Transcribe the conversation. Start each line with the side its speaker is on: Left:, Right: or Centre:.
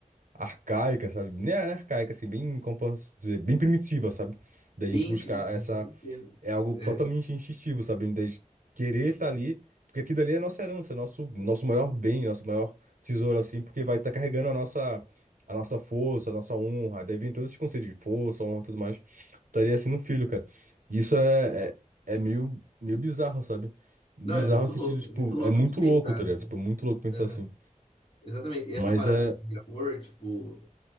Right: arcaica, sabe? Nem arcaica, assim, bem, como posso dizer, bem primitiva, sabe? Da
Left: Sim,
Right: gente buscar
Left: sim, sim,
Right: essa,
Left: com certeza.
Right: é algo
Left: É.
Right: totalmente instintivo, sabe? Da gente querer estar ali, porque aquilo ali é nossa herança, nosso, nosso maior bem, nosso maior tesouro, assim, porque vai estar carregando a nossa, a nossa força, a nossa honra. Daí vem todos esses conceitos de força, honra e tudo mais. Estaria assim no filho, cara. E Isso é, é, é meio, meio bizarro, sabe? Bizarro
Left: Não, é muito
Right: no sentido,
Left: louco,
Right: tipo,
Left: é muito louco
Right: é muito
Left: de pensar
Right: louco, tá
Left: assim.
Right: ligado? Tipo, é muito louco pensar
Left: Uhum.
Right: assim.
Left: Exatamente. E essa
Right: Mas
Left: parada
Right: é.
Left: de amor, tipo,